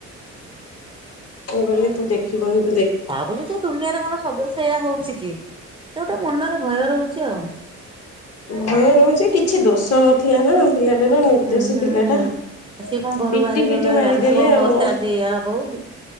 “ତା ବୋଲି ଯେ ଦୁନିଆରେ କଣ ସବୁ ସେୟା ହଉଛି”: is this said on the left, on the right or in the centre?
Right